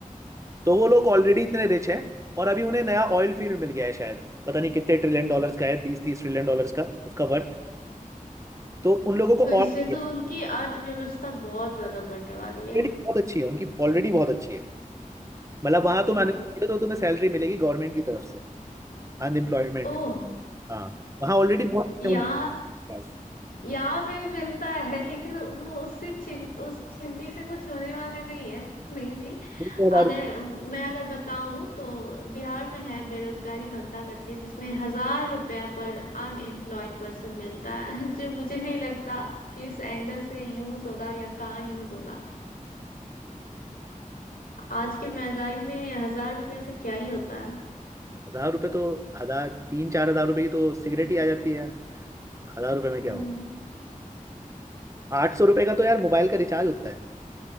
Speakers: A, on the right (about 20°); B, on the left (about 85°).
A: तो वो लोग ऑलरेडी इतने रिच हैं और अभी उन्हें नया ऑयल फील्ड मिल गया है शायद पता नहीं कितने ट्रिलियन डॉलर्स का है बीस तीस ट्रिलियन डॉलर्स का उसका वर्थ तो उन लोगों को
B: तो इससे
A: और
B: तो उनकी अर्थव्यवस्था बहुत ज्यादा बढ़ने वाली है
A: ऑलरेडी बहुत अच्छी है उनकी ऑलरेडी बहुत अच्छी है मतलब वहां तुम
B: हाँ
A: अनएम्प्लॉयड हो तो तुम्हें सैलरी मिलेगी गवर्नमेंट की तरफ से अनएम्प्लॉयमेंट
B: ओह
A: हाँ वहाँ ऑलरेडी बहुत
B: यहाँ
A: है उनके पास
B: यहाँ पे मिलता है लेकिन वो उससे चिन उस चिंदी से कुछ होने वाला नहीं है मे बी
A: दो
B: अगर मैं अगर बताऊं तो बिहार में है बेरोजगारी भत्ता करके जिसमें हजार रुपया पर अनएम्प्लॉयड पर्सन मिलता है <laughs> जो मुझे नहीं लगता किस एंगल से यूज होगा या कहाँ यूज होगा आज की महंगाई में हजार रुपया से क्या ही होता है
A: हजार रुपए तो हजार तीन चार हजार रुपए की तो सिगरेट ही आ जाती है यार हजार रुपए में क्या
B: हम्म।
A: हो आठ सौ रुपए का तो यार मोबाइल का रिचार्ज होता है